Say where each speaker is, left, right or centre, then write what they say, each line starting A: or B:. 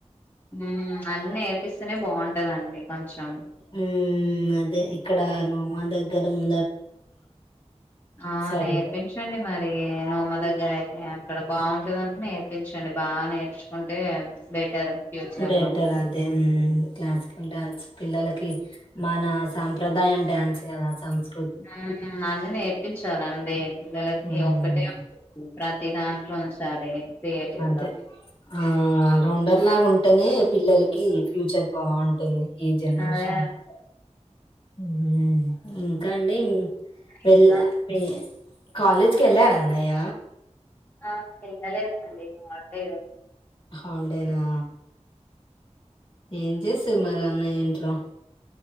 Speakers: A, on the left; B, on the left.
A: ఉమ్ అన్ని నేర్పిస్తేనే బాగుంటదండి కొంచెం
B: ఉమ్మ్ అదే ఇక్కడ నోమా దగ్గర గదుమ్
A: ఆ
B: సారీ
A: నేర్పించండి మరి నేను మ దగ్గర అయితే అక్కడ బాగుంటందంటే నేర్పించండి బాగా నేర్చుకుంటే బెటర్ ఫ్యూచర్
B: బెటర్
A: లో
B: ఉమ్ అదే క్లాసికల్ డాన్స్ పిల్లలకి మన సంప్రదాయం డాన్స్ కదా సంస్
A: ఆ అన్ని నేర్పించాలని డి పిల్లలకి
B: మ్మ్
A: ఒక్కటే అ ప్రతి దాంట్లో ఉంచాలి క్రియేటివ్
B: అదే
A: గా
B: ఆల్ రౌండర్ అలాగుంటేనే పిల్లలకి ఫ్యూచర్ బాగుంటుంది ఈ జెనరేషన్
A: అదే అండి
B: లో ఉమ్ ఇంకా అండి వెళ్ళ
A: ఇస్తా
B: వె కాలేజ్కి ఎళ్ళారా అన్నయ్య
A: ఆ ఎల్లలేదండి హాలిడే ఈరోజు
B: హాలిడే నా ఏం చేసే మరి అన్నయ్య ఇంట్లో